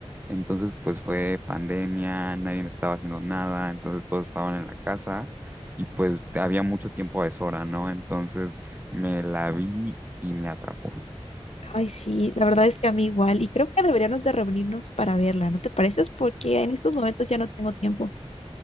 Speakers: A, on the right; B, on the left.
A: entonces pues fue pandemia, nadie estaba haciendo nada, entonces todos estaban en la casa y pues había mucho tiempo a deshora, ¿no? Entonces... Me la vi y me atrapó.
B: Ay, sí, la verdad es que a mí igual, y creo que deberíamos de reunirnos para verla, ¿no te pareces? Porque en estos momentos ya no tengo tiempo.